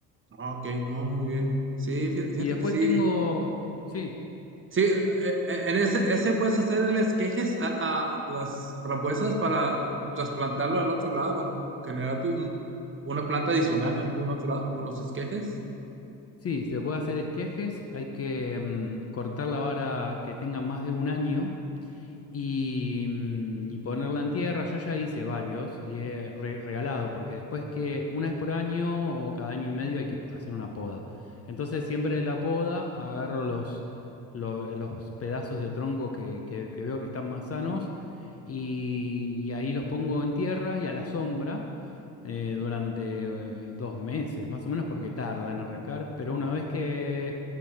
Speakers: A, on the right; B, on the left.
A: Ah, Ok, no, muy bien. Sí, fí- fíjate
B: Y después
A: que sí.
B: tengo, sí.
A: Sí, eh, eh, en ese, ese puedes hacerles quejes a, a las frambuesas para trasplantarlo al otro lado. Bueno, generar tu, una planta adicional en algún otro lado con los esquejes.
B: Sí, se puede hacer esquejes, hay que mm, cortar la vara que tenga más de un año y, mm, y ponerla en tierra. Yo ya hice varios y he re- regalado, porque después que una vez por año o cada año y medio hay que hacer una poda. Entonces siempre de la poda agarro los, lo- los pedazos de tronco que, que- que veo que están más sanos y, y ahí los pongo en tierra y a la sombra. eh, durante eh, dos meses, más o menos, porque tarda en arrancar, pero una vez que,